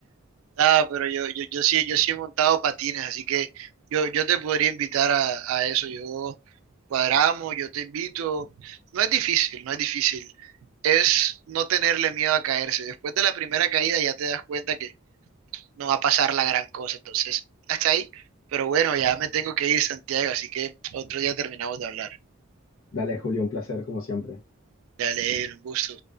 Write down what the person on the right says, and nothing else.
Nada, pero yo, yo, yo sí, yo sí he montado patines, así que yo, yo te podría invitar a, a eso. Yo cuadramos, yo te invito. No es difícil, no es difícil. Es no tenerle miedo a caerse. Después de la primera caída ya te das cuenta que no va a pasar la gran cosa. Entonces, hasta ahí. Pero bueno, ya me tengo que ir, Santiago, así que otro día terminamos de hablar.
Dale, Edwin, un gusto.